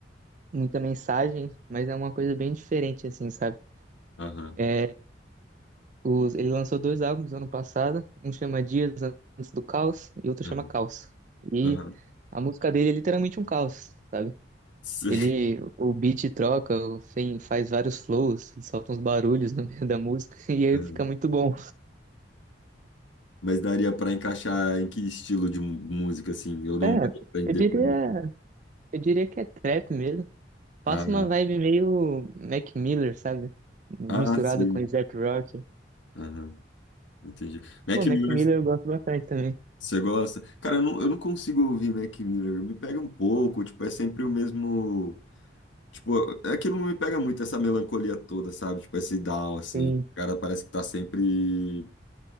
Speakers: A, on the right (about 40°); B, on the left (about 90°).
A: muita mensagem, mas é uma coisa bem diferente, assim, sabe?
B: Aham.
A: É, os, ele lançou dois álbuns ano passado, um chama Dias Antes do Caos e outro
B: Aham,
A: chama Caos. E
B: aham.
A: a música dele é literalmente um caos, sabe?
B: Sim,
A: Ele, o beat troca, o- tem, faz vários flows, ele solta uns barulhos <laughs> no meio da música <laughs> e aí
B: aham.
A: fica muito bom.
B: Mas daria pra encaixar em que estilo de mu- música, assim? Eu não
A: É,
B: daria pra definir.
A: eu diria, eu diria que é trap mesmo. Passa
B: Ah,
A: uma vibe meio Mac Miller, sabe? Misturado
B: ah, sei.
A: com Zac Rock.
B: Aham, entendi. Mac
A: Pô,
B: Miller,
A: Mac Miller eu gosto bastante também.
B: você gosta? Cara, eu não, eu não consigo ouvir Mac Miller. Me pega um pouco, tipo, é sempre o mesmo. Tipo, é que não me pega muito essa melancolia toda, sabe? Tipo, esse down, assim.
A: Sim,
B: O cara parece que tá sempre.